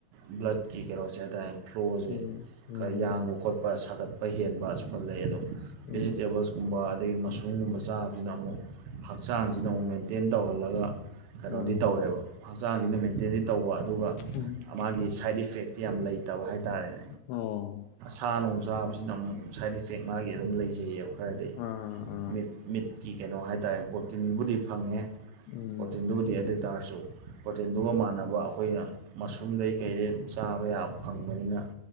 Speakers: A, on the right; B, on the left.
A: ꯕ꯭ꯂꯠ ꯀꯤ ꯀꯩꯅꯣꯁꯦ ꯍꯥꯏꯇꯥꯔꯦ ꯐ꯭ꯂꯣꯁꯦ
B: ꯎꯝ
A: ꯈꯔ
B: ꯎꯝ
A: ꯌꯥꯡꯕ ꯈꯣꯠꯄ ꯁꯥꯒꯠꯄ ꯍꯦꯟꯕ ꯑꯁꯨꯨꯝꯕ ꯂꯩ ꯑꯗꯣ
B: ꯎꯝ
A: ꯚꯦꯖꯤꯇꯦ ꯇꯦꯕꯜꯁ ꯀꯨꯝꯕ ꯑꯗꯒꯤ ꯃꯁꯔꯨꯝꯒꯨꯝꯕ ꯆꯥꯕꯁꯤꯅ ꯑꯃꯨꯛ ꯍꯛꯆꯥꯡꯁꯤꯅ ꯑꯃꯨꯛ ꯃꯦꯟꯇꯦꯟ ꯇꯧꯍꯜꯂꯒ ꯀꯩꯅꯣꯗꯤ
B: ꯑꯥ
A: ꯇꯧꯋꯦꯕ ꯍꯛꯆꯥꯡꯁꯤꯅ ꯃꯦꯟꯇꯦꯟꯗꯤ ꯇꯧꯕ ꯑꯗꯨꯒ
B: ꯎꯝ
A: ꯃꯥꯒꯤ ꯁꯥꯏꯠ ꯏꯐꯦꯛ ꯌꯥꯝ ꯂꯩꯇꯕ ꯍꯥꯏꯇꯥꯔꯦ
B: ꯑꯣ
A: ꯁꯥ ꯅꯨꯡ ꯆꯥꯕꯁꯤꯅ ꯑꯃꯨꯛ ꯁꯥꯏꯠ ꯏꯐꯦꯛ ꯃꯥꯒꯤ ꯑꯗꯨꯝ ꯂꯩꯖꯩꯌꯦꯕ ꯈꯔꯗꯤ
B: ꯑꯥ ꯑꯥ
A: ꯃꯤꯠ ꯃꯤꯠꯀꯤ ꯀꯩꯅꯣ ꯍꯥꯏꯇꯥꯔꯦ ꯄ꯭ꯔꯣꯇꯤꯟꯕꯨꯗꯤ ꯐꯪꯉꯦ
B: ꯎꯝ
A: ꯄꯣꯔꯇꯤꯟꯗꯨꯕꯨꯗꯤ ꯑꯗꯨ ꯑꯣꯏꯇꯥꯔꯁꯨ ꯄ꯭ꯔꯣꯇꯤꯟꯗꯨꯒ ꯃꯥꯟꯅꯕ ꯑꯩꯈꯣꯏꯅ ꯃꯁꯔꯨꯝꯗꯩ ꯀꯩꯗꯩ ꯆꯥꯕ ꯌꯥꯕ ꯐꯪꯕꯅꯤꯅ